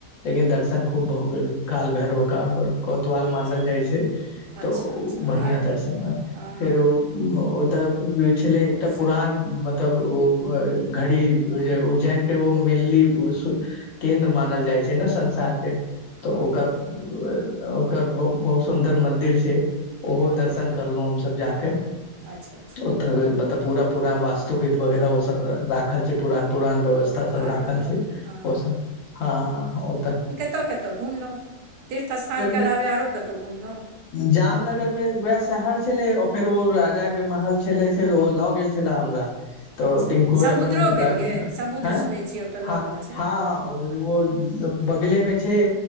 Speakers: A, on the left (about 60°); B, on the right (about 85°).
A: लेकिन दर्शन
B: हूँ
A: खूब भऽ गेल काल भैरो कार पर कोतवाल
B: अच्छा
A: मानल जाइ छै तऽ
B: अच्छा
A: उ
B: अच्छा
A: बढ़िया
B: आर
A: दर्शन मान
B: हँ
A: फेर उ उ ओतऽ होइ छलै एकटा
B: चलू
A: पुरान मत तब ओ घ घड़ी उज्जैन के ओ मिल्ली ब सु केन्द्र मानल जाइ छै न संसार के
B: हूँ
A: तऽ ओकर
B: हूँ
A: भेल ओकर ब बहुत सुन्दर मंदिर छै ओहो
B: हूँ हूँ
A: दर्शन करलहुं हमसब जाके
B: अच्छा अच्छा
A: ओ त मतलब पूरा पूरा वास्तुविद वगैरह ओ सब राख खल छु पुरान पुरान व्यवस्था सब
B: आर
A: राखल
B: ओतय
A: छै
B: हँ
A: ओ सब हँ ओ तऽ
B: कतऽ कत घुमलहुँ तीर्थ स्थानके अलावे
A: मे
B: आओरो कतहु घुमलहुँ
A: जामनगर मे वएह शहर छले फेर ओ राजा के महल छले फेर ओ लऽ गेल छल हमरा तऽ
B: अच्छा
A: टिनकुए
B: समुद्रो
A: अपन
B: गेलियै
A: गा आयं
B: समुद्र
A: हँ
B: सुनै छियै ओतय लगमे
A: हँ
B: छै
A: हँ ओ ज बगले मे छै